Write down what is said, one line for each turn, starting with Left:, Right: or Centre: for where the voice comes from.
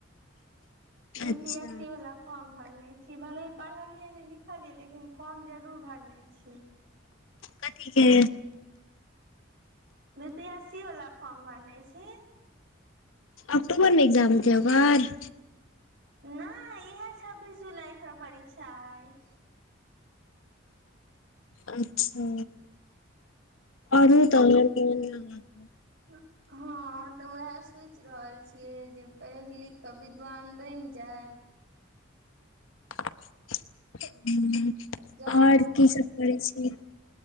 Right: बी
Left: अच्छा
Right: पी एस सी वला फॉर्म भरने छी भले पढ़ाई पढ़लियै नहि लिखलियै लेकिन फॉर्म जरूर भरने छीयइ
Left: कथी के
Right: बी पी एस सी वाला फॉर्म भरने छी
Left: अक्टोबर में एग्जाम छै ओकर
Right: नहि इहे छब्बीस जुलाई कऽ परीक्षा अछि
Left: अच्छा आओरो तऽ <unintelligible>
Right: हं हँ तऽ उएह सोचि रहल छियै जे पढ़ि लिख कऽ विद्वान बैन जाय
Left: ओर की सब
Right: जाउ
Left: करै छी